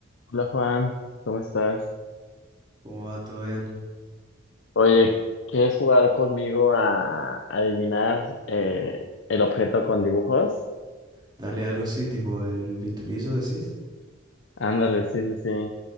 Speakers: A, on the left; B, on the right.
A: Hola Juan, ¿cómo estás?
B: ¿Cómo va? ¿Todo bien?
A: Oye, ¿quieres jugar conmigo a adivinar eh, el objeto con dibujos?
B: Dale a Lucy, tipo el pinturizo, decís.
A: Ándale, sí, sí, sí.